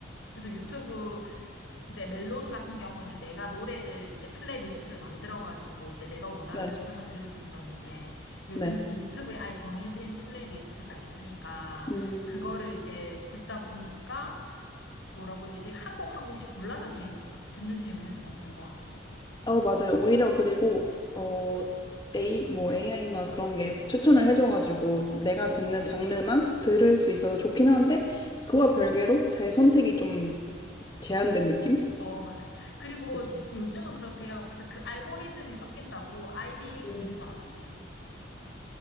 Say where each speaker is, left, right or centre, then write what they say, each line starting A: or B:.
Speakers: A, on the left; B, on the left.
A: 그래서 유튜브 이제 멜론 같은 경우는 내가 노래를 이제 플레이리스트를 만들어가지고 이제 내가 원하는
B: 네,
A: 노래만 들을 수 있었는데, 요즘은
B: 네.
A: 이제 유튜브에 아예 정해진 플레이리스트가 있으니까
B: 음,
A: 그거를 이제 듣다 보니까 뭐라고 해야 되지? 한 곡 한 곡씩 골라서 재, 듣는 재미는 좀 없는 것 같아요.
B: 어, 맞아요. 오히려 그리고 어, A, 뭐 AI나 그런 게 추천을 해줘가지고 내가 듣는 장르만 들을 수 있어서 좋긴 한데 그와 별개로 제 선택이 좀 제한된 느낌?
A: 어, 맞아요. 그리고
B: 그쵸?
A: 요즘은 그렇대요. 그래서 그 알고리즘이 섞인다고 아이디 공유도
B: 음,
A: 안 한대요.